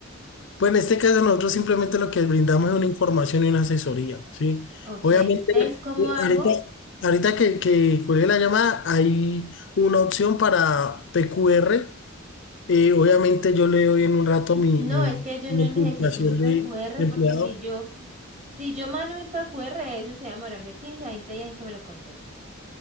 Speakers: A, on the left; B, on the right.
A: Pues en este caso nosotros simplemente lo que brindamos es una información y una asesoría, ¿sí?
B: Ok,
A: Obviamente,
B: entonces, ¿cómo
A: eh,
B: hago?
A: ahorita, ahorita que, que cuelgue la llamada, hay una opción para PQR. Eh, obviamente yo le doy en un rato mi,
B: No,
A: mi,
B: es que yo
A: mi
B: no necesito
A: ocupación
B: un PQR
A: de, de
B: porque
A: empleador.
B: si yo, f- si yo mando un PQR, eso se va a demorar de 15 a 20 días en que me lo conteste.